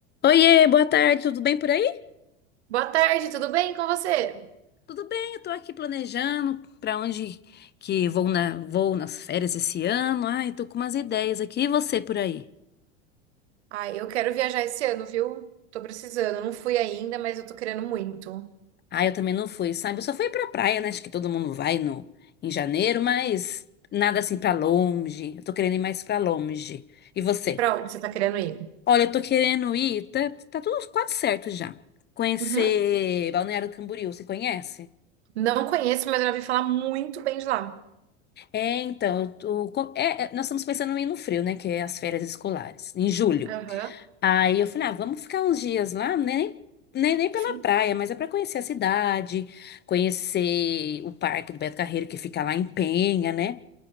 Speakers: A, on the left (about 30°); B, on the right (about 80°).
A: Oiê, boa tarde, tudo bem por aí?
B: Boa tarde, tudo bem com você?
A: Tudo bem, eu tô aqui planejando para onde que vou na, vou nas férias esse ano. Ai, tô com umas ideias aqui. E você por aí?
B: Ah, eu quero viajar esse ano, viu? Tô precisando, não fui ainda, mas eu tô querendo muito.
A: Ah, eu também não fui, sabe? Eu só fui pra praia, né? Acho que todo mundo vai no em janeiro, mas nada assim pra longe. Eu tô querendo ir mais pra longe. E você?
B: Pra onde você tá querendo ir?
A: Olha, eu tô querendo ir, tá, tá tudo quase certo já. Conhecer
B: Uhum.
A: Balneário Camboriú, você conhece?
B: Não conheço, mas eu já ouvi falar muito bem de lá.
A: É, então, eu tô- co- é, é, nós estamos pensando em ir no frio, né? Que é as férias escolares, em julho.
B: Aham,
A: Aí eu falei, ah, vamos ficar uns dias lá, né, nem, nem, nem
B: sim.
A: pela praia, mas é para conhecer a cidade, conhecer o Parque do Beto Carreiro, que fica lá em Penha, né?